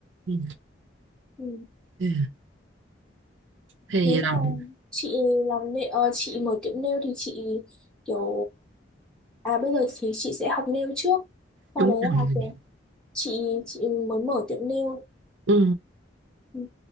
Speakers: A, on the right; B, in the centre.
A: ừ.
B: Ừ.
A: Ừ. thì
B: Nếu mà
A: làm
B: chị làm nail, ờ, chị mở tiệm nail thì chị kiểu À bây giờ thì chị sẽ học nail trước Sau
A: đúng
B: đấy
A: rồi
B: là kiểu chị chị muốn mở tiệm nail
A: ừ.
B: Ừ,